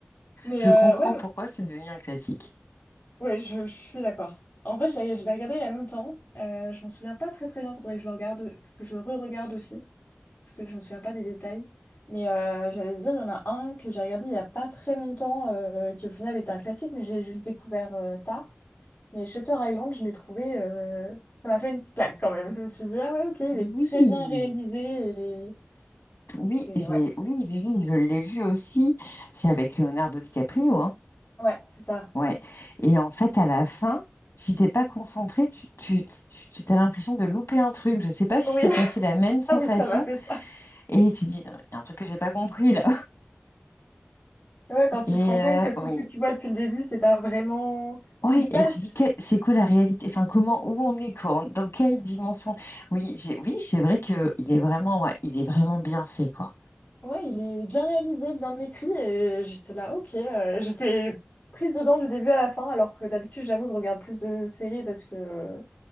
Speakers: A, on the left; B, on the left.
A: Mais
B: Je
A: euh,
B: comprends
A: ouais,
B: pourquoi c'est devenu un classique.
A: ouais je, je suis d'accord. En vrai, je l'ai je l'ai regardé il y a longtemps. Euh, je m'en souviens pas très très bien. Faudrait que je le regarde, que je le re-regarde aussi. parce que je me souviens pas des détails. Mais euh, j'allais dire, il y en a un que j'ai regardé il y a pas très longtemps, euh, qui au final était un classique, mais je l'ai juste découvert euh, tard. Mais Shutter Island, je l'ai trouvé, euh, ça m'a fait une petite claque quand même. Je me suis dit, ah ouais, ok, il est
B: Oui,
A: très bien réalisé et
B: oui,
A: c'est,
B: je
A: ouais,
B: l'ai- oui, oui, oui, je l'ai vu aussi. C'est avec Leonardo DiCaprio, hein.
A: ouais, c'est ça.
B: Ouais. Et en fait, à la fin, si t'es pas concentré, tu, tu, tu, tu as l'impression de louper un truc. Je sais pas si
A: Oui,
B: ça
A: <laughs>
B: t'a fait la même sensation.
A: ah oui, ça m'a fait ça.
B: Et tu dis, il y a un truc que j'ai pas compris là.
A: Ouais, quand
B: <laughs>
A: tu
B: Et
A: te rends compte
B: euh,
A: que tout
B: oui.
A: ce que tu vois depuis le début, c'est pas vraiment ce
B: Ouais,
A: qui se passe.
B: et tu dis que- c'est quoi la réalité? Enfin, comment où on est quoi? Dans quelle dimension? Oui, j'ai oui, c'est vrai que il est vraiment ouais, il est vraiment bien fait quoi.
A: Ouais, il est bien réalisé, bien écrit, et j'étais là, ok. euh, j'étais prise dedans du début à la fin, alors que d'habitude, j'avoue, je regarde plus de séries parce que